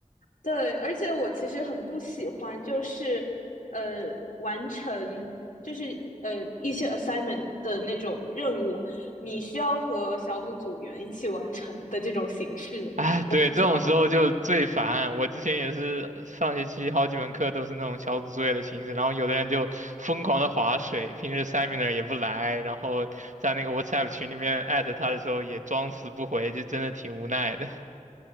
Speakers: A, on the left; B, on the right.
A: 对，而且我其实很不喜欢就是呃完成就是呃一些 assignment 的那种任务，你需要和小组组员一起完成的这种形式。
B: <laughs> 哎，对，这种时候就最烦。
A: 知道。
B: 我之前也是上学期好几门课都是那种小组作业的形式，然后有的人就疯狂的划水，平时 seminar 也不来，然后在那个 WhatsApp 群里面艾特他的时候也装死不回，就真的挺无奈的。<laughs>